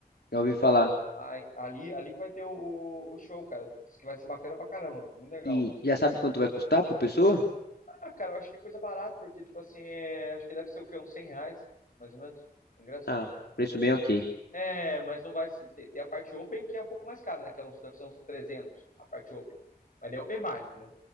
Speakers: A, on the left; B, on the left.
A: já ouvi
B: Então,
A: falar.
B: aí- ali, ali que vai ter o, o show, cara. Diz que vai ser bacana pra caramba, muito legal.
A: E já sabe quanto vai custar por pessoa?
B: Ah, cara, eu acho que é coisa barata, porque, tipo assim, é- acho que deve ser o quê? Uns 100 reais, mais ou menos, o ingresso.
A: Ah, preço bem ok.
B: É, mas não vai se- ter, ter a parte open que é um pouco mais cara, né? Que é uns, deve ser uns 300 a parte open. Mas daí é open bar, entendeu?